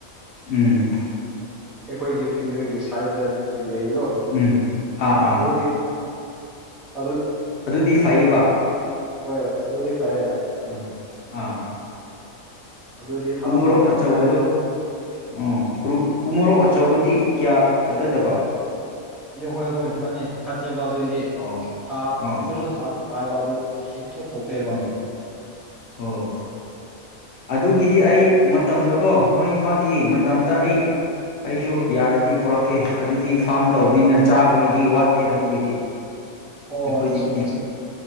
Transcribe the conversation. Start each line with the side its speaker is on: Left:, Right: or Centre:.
Left: ꯎꯝ <inaudible>
Centre: ꯑꯩꯈꯣꯏꯒꯤ ꯐꯤꯡꯒꯔꯒꯤ ꯁꯥꯏꯖꯇ ꯂꯩꯕꯗꯣ
Left: ꯎꯝ ꯑꯥ ꯑꯥ
Centre: ꯑꯗꯨꯗꯤ ꯑꯗ <inaudible>
Left: ꯑꯗꯨꯗꯤ ꯐꯩꯌꯦꯕ
Centre: ꯍꯣꯏ ꯑꯗꯨꯗꯤ ꯐꯩꯌꯦ
Left: ꯎꯝ ꯑꯥ <inaudible>
Centre: ꯑꯗꯨꯗꯤ ꯊꯥꯕꯗꯣ
Left: ꯎ ꯃꯣꯔꯣꯛ
Centre: ꯌꯥꯝ
Left: ꯑꯆꯕꯗꯣ
Centre: ꯐꯩ
Left: ꯎꯝꯨ ꯎꯃꯣꯔꯣꯛ ꯑꯆꯧꯕꯗꯤ ꯀꯌꯥ ꯐꯖꯗꯕ
Centre: ꯏ ꯍꯣꯏ ꯍꯣꯏ ꯃꯅꯦ ꯐꯇꯦꯕ ꯑꯗꯨꯏꯗꯤ
Left: ꯑꯣ
Centre: ꯊꯥ ꯑꯩꯈꯣꯏꯁꯨ
Left: ꯑꯥ
Centre: ꯊꯥꯒꯤ ꯊꯥ ꯍꯥꯏꯕ ꯑꯗꯨ ꯁꯨꯣꯛ ꯊꯣꯛꯇꯦꯕ
Left: ꯎꯝ ꯑꯣ ꯑꯗꯨꯒꯤꯗꯤ ꯑꯩ ꯃꯇꯝꯗꯀꯣ ꯃꯣꯏ ꯃꯥꯒꯤ ꯃꯇꯝꯗ ꯑꯩ ꯑꯩꯁꯨ ꯌꯥꯔꯗꯤ ꯄꯨꯔꯛꯀꯦ ꯑꯗꯨꯗꯤ ꯐꯥꯔꯝ ꯇꯧꯕꯅꯤꯅ ꯆꯥꯕꯒꯤꯗꯤ ꯋꯥꯠꯇꯦ ꯑꯗꯨꯒꯤꯗꯤ
Centre: ꯑꯣ
Left: ꯑꯩꯈꯣꯏꯗꯤ
Centre: ꯆꯥ ꯆꯥ